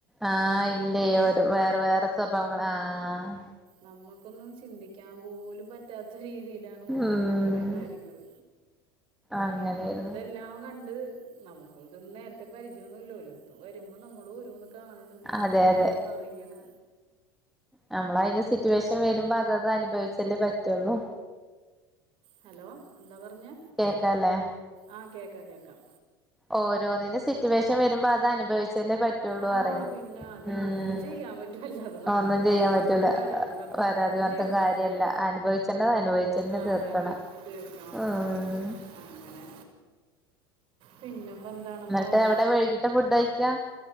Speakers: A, in the centre; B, on the right (about 45°).
A: ആഹ് ഇല്ലേ ഒരു വേറെ വേറെ സ്വഭവങ്ങളാ ആഹ്
B: നമ്മുക്കൊന്നും ചിന്തിക്കാൻ പോലും റ്റാത്ത രീതിയിലാണ്
A: ഉം
B: ഓരോരുത്തരുടെ കാര്യങ്ങള്
A: അങ്ങനേര്ന്നു
B: പിന്നെ നമ്മളിതെല്ലാം കണ്ട് നമുക്ക് ഇതൊന്നും നേരത്തെ പരിചയൊന്നുമില്ലല്ലോ ഒരുോത്തും വരുമ്പോ നമ്മളും ഓരോന്ന് കാണണ് അനുഭവിക്കണ്
A: അതെ അതെ
B: അറിയണ്
A: നമ്മള അതിന് സിറ്റുവേഷൻ വരുമ്പോ അത് അത് അനുഭവിച്ചല്ലേ പറ്റുള്ളൂ
B: ഹലോ എന്താ പറഞ്ഞേ
A: കേക്കാല്ലേ
B: ആഹ് കേക്കാം കേക്കാം
A: ഓരോന്നിന്റെ സിറ്റുവേഷൻ വരുമ്പോ അത് അനുഭവിച്ചല്ലേ പറ്റ റ്റുളളൂ
B: ആ
A: റയ
B: പിന്നെ അതന്നെ
A: ഉം
B: എന്ത് ചെയ്യാൻ പറ്റുമല്ല അത് നമുക്കിപ്പോൾ
A: ഒന്നും ചെയ്യാൻ
B: ആരോടും
A: പറ്റൂല
B: പരാതി പറഞ്ഞിട്ട്
A: വരാതി
B: ഒന്നും
A: പറഞ്ഞിട്ടും
B: ചെയ്യാൻ
A: കാര്യല്ല
B: പറ്റൂല
A: അനുഭവിച്ചേണ്ട അനുഭവിച്ചു ചെന്ന
B: ആ
A: തീർക്കണ
B: അതന്നെ തീർക്കണം
A: ഉം
B: അങ്ങനെ പിന്നപ്പോൾ എന്താണപ്പോൾ
A: ന്നിട്ട് എവിടെ വൈകിട്ട ഫുഡ് അയക്കാ